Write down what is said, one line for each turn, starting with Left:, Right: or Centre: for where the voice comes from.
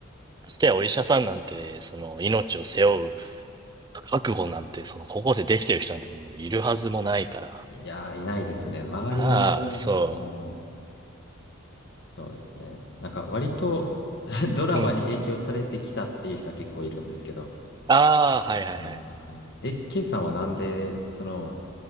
Right: ましてやお医者さんなんて、その命を背負う覚悟なんて、その高校生できてる人なんてもういるはずもないから。
Left: いやー、いないですね。周りは、
Right: まあ、そ
Left: もう、そうですね。なんか、割と <laughs> ドラマに影響されてきたっていう人は結構いるんですけど、
Right: う。うん。ああ、はいはいはい。
Left: 意外とはい。え、K さんはなんで、その、